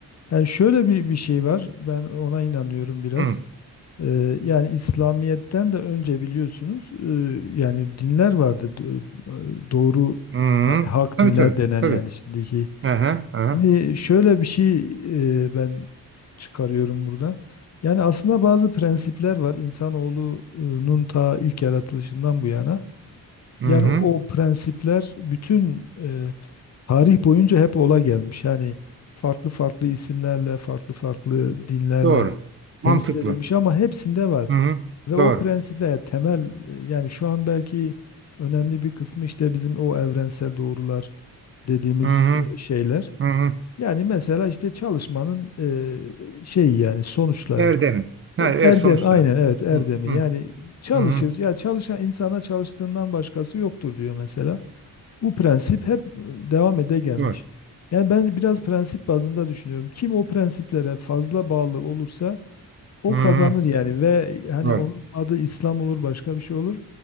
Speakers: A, on the left; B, on the right.
A: Yani şöyle bir, bir şey var. Ben ona inanıyorum biraz.
B: Hı.
A: Ee, yani İslamiyet'ten de önce biliyorsunuz e, yani dinler vardı. Do- Doğru
B: Hı.
A: yani hak
B: Tabii
A: dinler
B: tabii.
A: denen
B: Tabii.
A: yani şimdiki.
B: Aha, aha.
A: Şimdi şöyle bir şey e, ben çıkarıyorum buradan. Yani aslında bazı prensipler var. İnsanoğlunun ta ilk yaratılışından bu yana.
B: Hı
A: Yani
B: hı.
A: o prensipler bütün e, Tarih boyunca hep ola gelmiş. Yani farklı farklı isimlerle, farklı farklı dinlerle
B: Doğru. Mantıklı.
A: temsil edilmiş ama hepsinde var.
B: Hı hı.
A: Ve o
B: Doğru.
A: prensipler yani temel e, yani şu an belki önemli bir kısmı işte bizim o evrensel doğrular dediğimiz
B: Hı hı.
A: e, şeyler.
B: Hı hı.
A: Yani mesela işte çalışmanın e, şeyi yani sonuçları.
B: Erdem'in. Ha,
A: E,
B: evet,
A: Erdem
B: sonuçları.
A: aynen evet erdemi
B: Hı hı.
A: yani çalışır
B: Hı hı,
A: ya çalışan insana çalıştığından başkası yoktur diyor mesela. Bu prensip hep e, devam ede gelmiş.
B: doğru.
A: Yani ben biraz prensip bazında düşünüyorum. Kim o prensiplere fazla bağlı olursa o
B: Hı hı,
A: kazanır yani ve hani
B: doğru.
A: onun adı İslam olur, başka bir şey olur